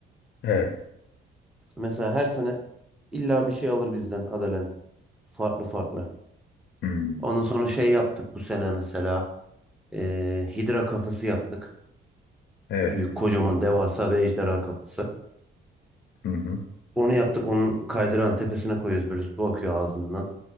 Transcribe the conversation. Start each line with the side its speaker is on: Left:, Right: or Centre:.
Left: evet,
Centre: Mesela her sene illa bir şey alır bizden Adalent. Farklı farklı.
Left: hmm,
Centre: Ondan sonra şey yaptık bu sene mesela. e, hidra kafası yaptık.
Left: evet,
Centre: Büyük, kocaman, devasa bir ejderha kafası.
Left: hı hı,
Centre: Onu yaptık. Onun kaydırağın tepesine koyuyoruz. Böyle su akıyor ağzından.